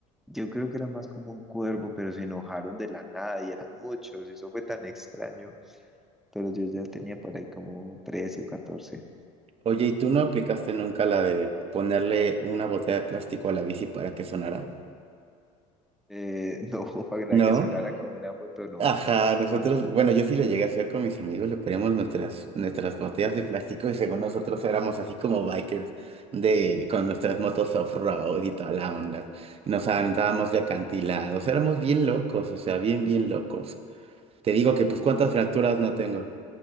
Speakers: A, in the centre; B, on the right.
A: Yo creo que era más como un cuervo, pero se enojaron de la nada y eran muchos, y eso fue tan extraño, pero yo ya tenía por ahí como trece o catorce
B: Oye, ¿y tú no aplicaste nunca la de ponerle una botella de plástico a la bici para que sonara?
A: Eh, <laughs> no, para
B: ¿No?
A: que sonara como una moto, no.
B: Ajá, nosotros, bueno, yo sí lo llegué a hacer con mis amigos, le poníamos nuestras, nuestras botellas de plástico y según nosotros éramos así como bikers de, con nuestras motos off-road y toda la onda. Y nos aventábamos
A: <laughs>
B: de acantilados, éramos bien locos, o sea, bien, bien locos. Te digo que pues cuántas fracturas no tengo.